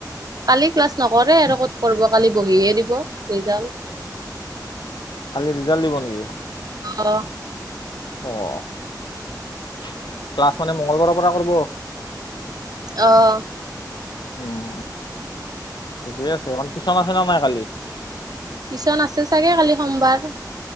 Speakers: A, on the right (about 60°); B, on the left (about 85°).
A: কালি ক্লাছ নকৰে আৰু ক'ত কালি বহে দিব জাল
B: কালি ৰিজাল্ট দিব নেকি
A: অঁ
B: অঁ ক্লাছ মানে মঙ্গলবাৰৰ পৰা কৰিব।
A: আহঁ
B: উম ঠিকেই আছেমান টিশন আছে ন নাই কালি
A: টিউশচন আছে চাগে কালি সোমবাৰ।